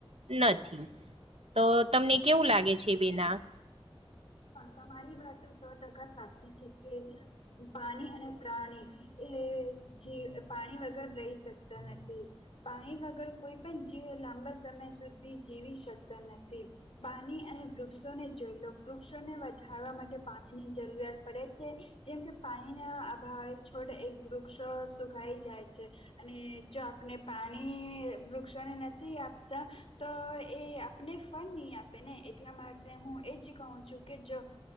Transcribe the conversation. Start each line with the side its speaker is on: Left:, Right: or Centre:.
Right: નથી. તો તમને કેવું લાગે છે બેના?
Left: તમારી વાતો સો ટકા સાચી છે કે પાણી અને પ્રાણી એ જ પાણી વગર રહી શકતા નથી. પાણી વગર કોઈ પણ જીવ લાંબા સમય સુધી જીવી શકતા નથી. પાણી અને વૃક્ષોને જોય લો વૃક્ષ વૃક્ષોને વધારવા માટે પાણીની જરૂરિયાત પડે છે. જેમ કે પાણીના અભાવે છોડ એ વૃક્ષો સુકાાઈ જાય છે અને જો આપને પાણી વૃક્ષોને નથી આપતા તો એ આપને ફળ નહી આપે ને એટલા માટે હું એજ કહું છું. છું કે જો